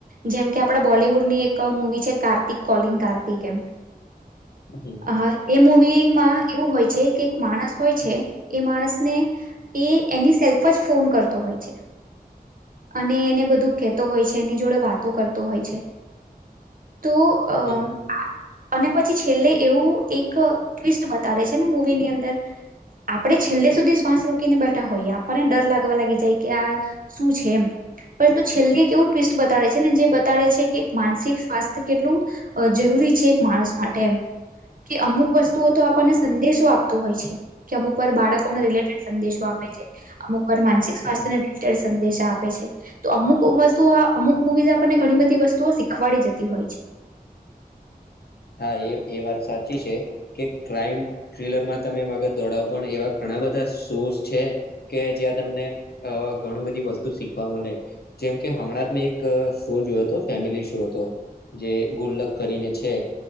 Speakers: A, on the right; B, on the left.
A: જેમ કે આપડા બોલિવુડની એક મુવી છે, કાર્તિક કોલિંગ કાર્તિક એમ
B: હમ હમ
A: હા એ મૂવીમાં એવું હોય છે, કે એક માણસ હોય છે, એ માણસને એ એની સેલ્ફ જ ફોન કરતો હોય છે. અને એને બધું કેતો હોય છે, એની જોડે વાતો કરતો હોય છે. તો અ
B: હમ હમ
A: આ અને પછી છેલ્લે એવું એક ટ્વિસ્ટ બતાડે છે, ને મૂવીની અંદર આપડે છેલ્લે સુધી શ્વાસ રોકીને બેઠા હોઈએ આપણને ડર લાગવા લાગી જાય કે આ શું છે. એમ પરંતુ છેલ્લે કેવું ટ્વિસ્ટ બતાડે છે, ને જે બતાડે છે, કે માનસિક સ્વાસ્થ્ય કેટલું અ જરૂરી છે, એક માણસ માટે એમ કે અમુક વસ્તુઓ તો આપણને સંદેશો આપતું હોય છે. કે અમુક વાર બાળકોને રિલેટેડ સંદેશો આપે છે, અમુક વાર માનસિક સ્વાસ્થ્યને
B: હા
A: રિલેટેડ સંદેશા આ પે છે, તો અમુક વસ્તુ અમુક મુવીઝ આપણને ઘણી બધી વસ્તુઓ શીખવાડી જતી હોય છે.
B: હા એ એ વાત સાચી છે. કે ક્રાઈમ થ્રીલરમાં તમે મગજ દોડાવો પણ એવા ઘણા બધા શોસ છે. કે જ્યાં તમને અ ઘણુ બધી વસ્તુ શીખવા મલે જેમકે હમણાં જ મેં એક શો જોયો હતો ફેમિલી શો હતો. જે ગુલ્લક કરીને છે.